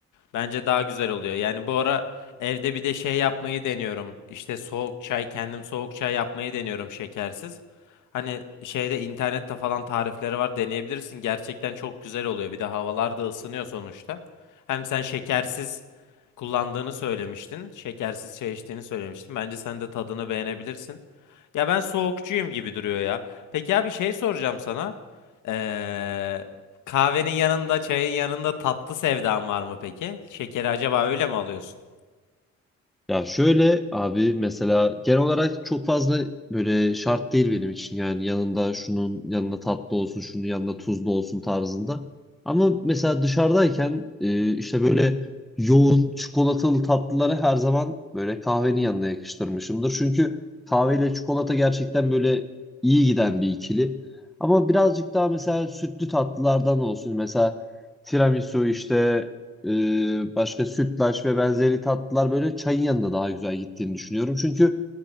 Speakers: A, on the left; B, in the centre.
A: Bence daha güzel oluyor. Yani bu ara evde bir de şey yapmayı deniyorum. İşte soğuk çay kendim soğuk çay yapmayı deniyorum şekersiz. Hani şeyde internette falan tarifleri var deneyebilirsin. Gerçekten çok güzel oluyor. Bir de havalar da ısınıyor sonuçta. Hem sen şekersiz kullandığını söylemiştin. Şekersiz çay içtiğini söylemiştin. Bence sen de tadını beğenebilirsin. Ya ben soğukçuyum gibi duruyor ya. Peki abi şey soracağım sana. Ee, Kahvenin yanında, çayın yanında tatlı sevdan var mı peki? Şekeri acaba öyle mi alıyorsun?
B: Ya şöyle abi mesela genel olarak çok fazla böyle şart değil benim için yani yanında şunun yanında tatlı olsun şunun yanında tuzlu olsun tarzında. Ama mesela dışarıdayken e, işte böyle yoğun çikolatalı tatlıları her zaman böyle kahvenin yanına yakıştırmışımdır. Çünkü kahveyle çikolata gerçekten böyle iyi giden bir ikili. Ama birazcık daha mesela sütlü tatlılardan olsun mesela tiramisu işte ee, başka sütlaç ve benzeri tatlılar böyle çayın yanında daha güzel gittiğini düşünüyorum. Çünkü